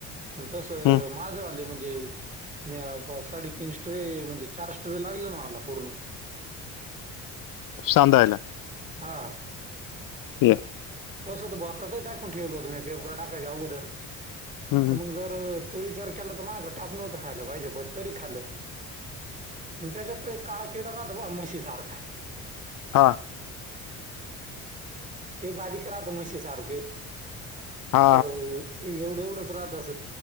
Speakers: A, on the right; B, on the left.
A: आणि तसं
B: हम्म
A: माझवाले म्हणजे मी साडेतीन स्ट्रे म्हणजे चार स्ट्रे लागले ना मला पूर्ण.
B: सांधायला.
A: हा.
B: ठीक हाय..
A: तसं तर भातातच टाकून ठेवलं होतं... मी पेपर टाकायच्या अगोदर
B: हम्म
A: तर मग झालं तो विचार केला.. तर माग टापन होतं खालं पाहिजे पण तरी खालं. मग त्याच्यात तो एक काळा किडा राहतो, बा म्हशी सारखा.
B: आ..
A: ते बारीक राहत म्हशी सारखं...
B: हा
A: अ एवढं एवढंच राहत असं